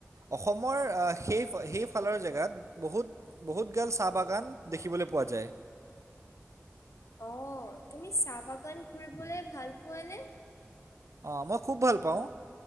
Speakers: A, on the right; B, on the left.
A: অসমৰ সেই-সেইফালৰ জেগাত বহুত বহুত গাল চাহ বাগান দেখিবলৈ পোৱা যায়।
B: অহ, তুমি চাহ বাগান ঘুৰিবলৈ ভাল পোৱানে?
A: অহ, মই খুব ভাল পাওঁ।